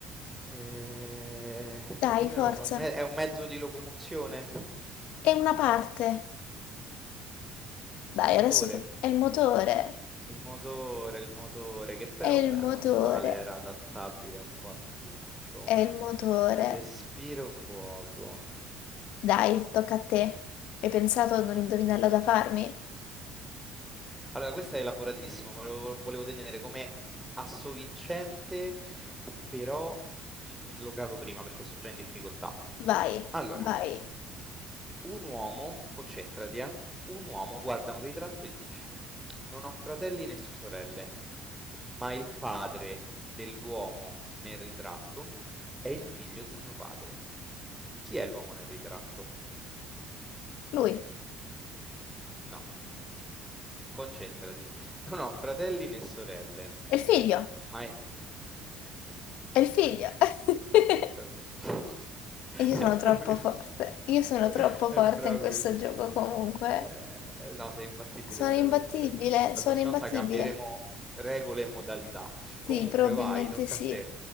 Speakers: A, in the centre; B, on the left.
A: Eh,
B: Dai,
A: dimmi
B: forza.
A: una cosa, un me- è un mezzo di locomozione?
B: È una parte. Dai,
A: Motore.
B: adesso te- è il motore.
A: Il motore, il motore, che però,
B: È il
A: beh,
B: motore.
A: non male, era adattabile un po' a tutto.
B: È il motore.
A: Respiro fuoco.
B: Dai, tocca a te. Hai pensato ad
A: Allora.
B: un indovinello da farmi?
A: Allora, questa è elaboratissima, ma lo volevo tenere come assovincente, però mh, lo calo prima perché sto già in difficoltà.
B: Vai,
A: Allora,
B: vai.
A: un uomo, concentrati, eh, un uomo guarda un ritratto e dice: Non ho fratelli né sorelle, ma il padre dell'uomo nel ritratto è il figlio di mio padre. Chi è l'uomo nel ritratto?
B: Lui.
A: No. Concentrati. Non ho fratelli né sorelle,
B: È il figlio.
A: ma è... Eh sì,
B: È il figlio.
A: eh sì,
B: <laughs>
A: è proprio il figlio. <laughs>
B: E io
A: È
B: sono
A: proprio
B: troppo
A: il
B: forte.
A: figlio.
B: Io sono
A: <laughs>
B: troppo
A: È
B: forte
A: proprio
B: in questo
A: il figlio.
B: gioco comunque.
A: Vabbè, eh, eh, no, sei imbattibile
B: Sono
A: veramente.
B: imbattibile,
A: La
B: sono
A: prossima
B: imbattibile.
A: volta cambieremo regole e modalità.
B: Sì,
A: Comunque,
B: probabilmente
A: vai, tocca
B: sì.
A: a te.